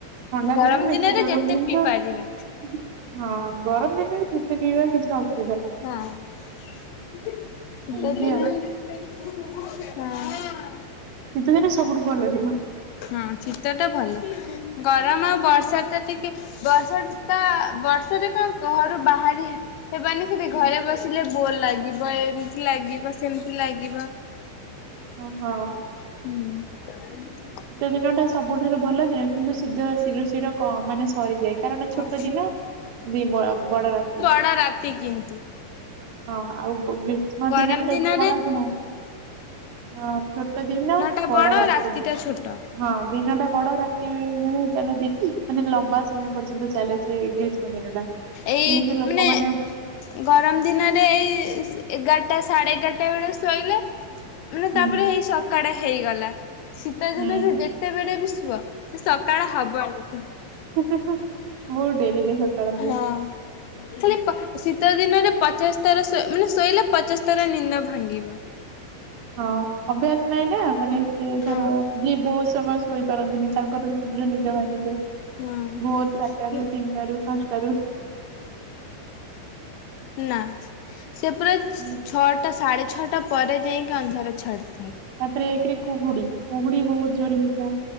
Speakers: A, on the right (about 85°); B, on the left (about 75°).
A: ଥଣ୍ଡା
B: ଗରମ
A: ଦିନେ ବେଶୀ
B: ଦିନରେ
A: ଗରମ
B: ଯେତେ
A: ଜିନଷ
B: ପିଇ ପାରିବା
A: ହୁଁ ହଁ ଗରମ ଦିନରେ ଯେତେ ପିଇବା କିଛି ଅସ
B: ହଁ ଶୀତ ଦିନେ
A: ଏମିତି ଆଉ।
B: ହିଁ ହଁ।
A: ଶୀତ ଦିନ ସବୁଠୁ ଭଲ ଦିନ।
B: ହଁ ଶୀତଟା ଭଲ ଗରମ ଆଉ ବର୍ଷାତ ଟିକେ ବର୍ଷା ଟା ବର୍ଷାରେ କଣ ଘରୁ ବାହାରି ହେବାନି। କିନ୍ତି ଘରେ ବସିଲେ ବୋର ଲାଗିବ ଏମତି ଲାଗିବ ସେମତି ଲାଗିବ।
A: ଓ ହଁ।
B: ହୁଁ।
A: ଶୀତ ଦିନଟା ସବ୍ ବୁଠାରୁ ଭଲ ଯେ କିନ୍ତୁ ସିଧ ଶୀଘ୍ର ଶୀଘ୍ର କମ ମାନେ ସରିଯାଏ। କାରଣ
B: ହଁ
A: ଛୋଟ ଦିନ ବି ବଡ଼ ବଡ଼ ରାତି।
B: ହଁ ରାତି କିନ୍ତୁ
A: ହଁ ଆଉ ଗ ଗ୍ରୀଷ୍ମ
B: ଗରମ
A: ଦିନ ତ
B: ଦିନରେ
A: ଖରା ଦିନ। ହଁ ଛୋଟ ଦିନ
B: ଟା
A: ବଡ଼
B: ବଡ
A: ରାତି।
B: ଟା ଛୋଟ।
A: ହଁ ଦିନ ଟା ବଡ଼ ରାତି ମାନେ ତା ମାନେ ଲମ୍ବା ସମୟ ପର୍ଯ୍ୟନ୍ତ ଚା ତାହେଲେ ସେ ଗ୍ରୀଷ୍ମ ଦିନଟା
B: ଏଇ
A: ଯେହେତୁ ଲୋକମାନେ
B: ମାନେ ଗରମ ଦିନରେ ଏଇ ସେ ଏଗାରଟା ସାଢ଼େଏଗାରଟା ବେଳେ ଶୋଇଲେ ମାନେ
A: ହୁଁ
B: ତାପରେ ହେଇ ସକାଡ଼ ହେଇଗଲା ଶୀତ
A: ହୁଁ
B: ଦିନରେ ଯେତେବେଳେ ବି ସୁଅ ସେ ସକାଳ ହବନି ତ।
A: ହୁଁ ହୁଁ ହୁଁ ବହୁତ ଡ଼େରିରେ ସକାଳ ହୁଏ।
B: ହଁ। ଖାଲି ପ ଶୀତ ଦିନରେ ପଚାଶ ଥର ଶୋ ମାନେ ଶୋଇଲେ ପଚାଶ ଥର ନିନ୍ଦ ଭାଙ୍ଗିବ।
A: ହଁ ଅଭ୍ୟାସ ନାଇଁ ନା ମାନେ ଏତେ ଧର
B: ହଁ।
A: ଯିଏ ବହୁତ ସମୟ ଶୋଇପାରନ୍ତିନି ତାଙ୍କର
B: ହୁଁ
A: ବି ଶୀଘ୍ର ନିଦ ଭାଙ୍ଗିଯାଏ
B: ହୁଁ।
A: ଭୋର ଚାରଟାରୁ
B: ମୁଁ
A: ତିନଟାରୁ ପାଁଶଟାରୁ।
B: ନା ସେ ପୁରା
A: ହୁଁ।
B: ଛଅଟା ସାଢ଼େ ଛଅଟା ପରେ ଯାଇଁକି ଅନ୍ଧାର ଛାଡ଼ିଥାଏ।
A: ତାପରେ ଏକେରେ କୁହୁଡି, କୁହୁଡି ବହୁ ଜୋରେ ହେଇଥାଏ।